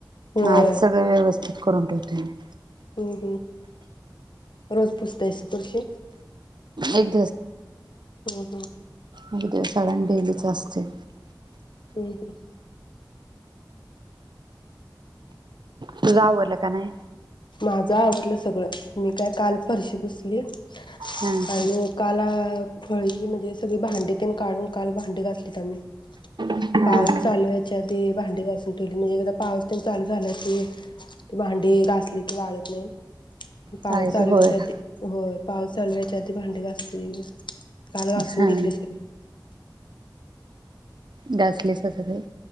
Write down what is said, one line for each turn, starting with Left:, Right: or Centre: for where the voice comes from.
Left: होय
Right: आज सगळं व्यवस्थित करून ठेवते मी.
Left: हम्म हम्म रोज पुसतेस फरशी
Right: एक
Left: हम्म हम्म.
Right: मग देव साडण डेलीच असतय.
Left: हम्म हम्म
Right: तूज आवरलं का नाय?
Left: माझं आवरलं सगळं मी काय काल फरशी फुसली.
Right: हां
Left: आणि
Right: हां
Left: एकाला फळी म्हणजे सगळी भांडी पण काढून काल भांडी घातलीत आम्ही
Right: हां
Left: पाऊस
Right: हां
Left: चालू व्हायच्या आधी भांडी घासून ठेवली म्हणजे एकादा पाऊस पण चालू झाल की की भांडी घासली वाळत नाही. पाऊस
Right: चालतं
Left: चालू व्हायच्या
Right: होय
Left: आधी होय पाऊस चालू व्हायच्या आधी भांडी घासते ग काल घासून
Right: हा
Left: घेतली सगळी.
Right: घासले सगळे